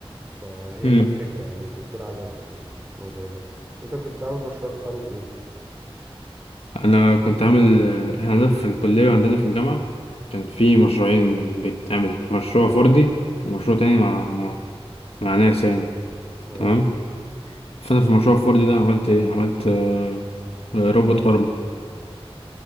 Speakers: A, on the right; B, on the left.
A: فهي
B: امم
A: دي الفكرة يعني الدكتور عجبته الموضوع ده انت كنت عامل مشروع تخرج ايه؟
B: انا كنت عامل آه، احنا عندنا في الكلية وعندنا في الجامعة كان في مشروعين بيتعملوا مشروع فردي ومشروع تاني مع مع, مع ناس يعني
A: اه
B: تمام فانا في المشروع الفردي ده عملت ايه عملت آه، آه، روبوت ارم